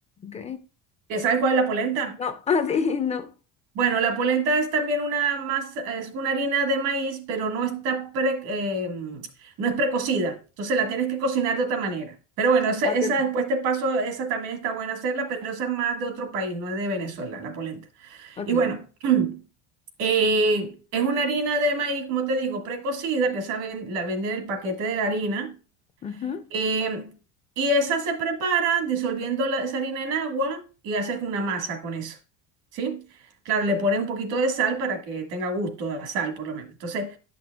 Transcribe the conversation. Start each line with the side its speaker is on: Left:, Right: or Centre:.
Left: Ok.
Right: ¿Que sabes cuál es la polenta?
Left: No, <laughs> ah, sí, no.
Right: Bueno, la polenta es también una más, es una harina de maíz, pero no está pre- eh, no es precocida. Entonces la tienes que cocinar de otra manera. Pero bueno, esa,
Left: Ok,
Right: esa
Left: ok,
Right: después te paso, esa también está buena hacerla, pero esa es más de otro país, no es de Venezuela, la polenta.
Left: ok.
Right: Y bueno, <clears throat> eh, es una harina de maíz, como te digo, precocida, que esa ven- la venden en el paquete de la harina.
Left: Ajá.
Right: Eh, y esa se prepara disolviendo la, esa harina en agua y haces una masa con eso, ¿sí? Claro, le pones un poquito de sal para que tenga gusto a sal, por lo menos. Entonces,